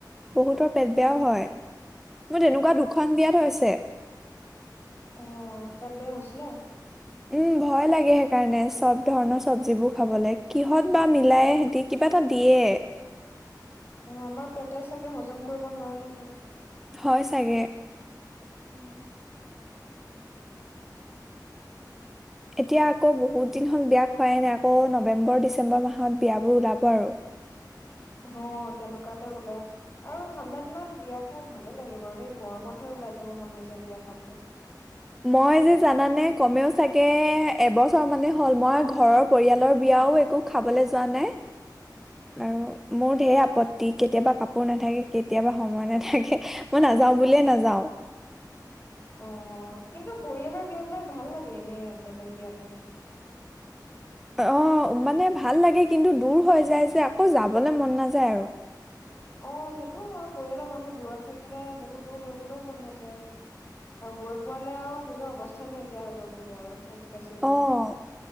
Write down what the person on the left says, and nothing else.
উম
অ পেট বেয়া হৈছিলে?
আমাৰ পেটে চাগে হজম কৰিব নোৱাৰে সেইটো।
উম,
অহ তেনেকুৱাতে ওলাই। আৰু ঠাণ্ডা দিনত বিয়া খাই ভালে লাগে বাৰু দেই, গৰমতহে ওলাই যাব মন নাযায় বিয়া খাবলৈ।
<inaudible>
অ, কিন্তু পৰিয়ালৰ বিয়াবিলাক ভাল লাগে এনে বেলেগ বিয়াতকে।
অ সেইটোও হয়, পৰিয়ালৰ মানুহ দূৰত থাকিলে বহুত দূৰ হৈ গলেও মন নাযায়। আৰু গৈ পোৱালে আৰু নিজৰ অৱস্থাই নাইকিয়া হৈ যাবগে আৰু হাজি কাচি যোৱা।